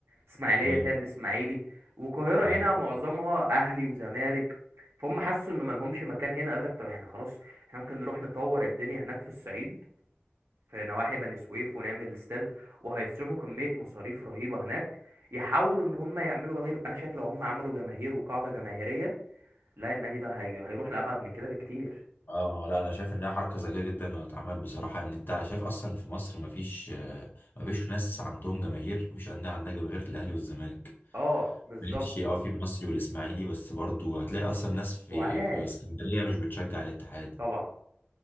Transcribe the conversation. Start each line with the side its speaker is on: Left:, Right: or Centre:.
Right: اسماعيليه
Left: امم
Right: فيها الاسماعيلي والقاهره
Left: امم
Right: هنا معظمها اهلي وزمالك فهم حسوا انه ملهمش مكان هنا قال لك طب احنا خلاص احنا ممكن نروح نطور الدنيا هناك في الصعيد في نواحي بني سويف ونعمل استاد وهيصرفوا كمية مصاريف رهيبة هناك يحاولوا ان هم يعملوا جماهير انا شايف لو هم عملوا جماهير وقاعدة جماهيرية لا النادي ده هي... هيروح لأبعد من كده بكتير
Left: اه لا انا شايف انها حركه ذكيه جدا لو اتعملت بصراحه ان انت شايف اصلا في مصر مفيش آه، مفيش ناس عندهم جماهير مفيش انديه عندها جماهير غير الاهلي والزمالك
Right: اه بالظبط
Left: ماشي اه في المصري والاسماعيلي بس برضو هتلاقي اصلا ناس في
Right: وعاد
Left: في اسكندريه مش بتشجع الاتحاد
Right: طبعا